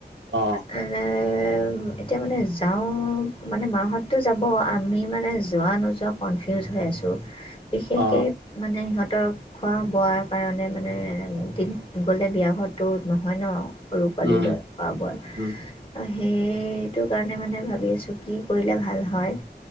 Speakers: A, on the right; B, on the left.
A: অ
B: মানে - এতিয়া মানে যাওঁ মানে মাহততো যাব আমি মানে যোৱা নোযোৱা। কনফিউজ হৈ আছোঁ বিশেষকে
A: অ
B: মানে সিহঁতক - খোৱা বোৱাৰ কাৰণে মানে দিন গ'লে বিয়া হোৱাটো নহয় ন। সৰু পোৱালি
A: উম
B: লৈ খোৱা বোয়া।
A: উম
B: সেইটো কাৰণে মানে ভাবি আছোঁ কি কৰিলে ভাল হয়ঁ।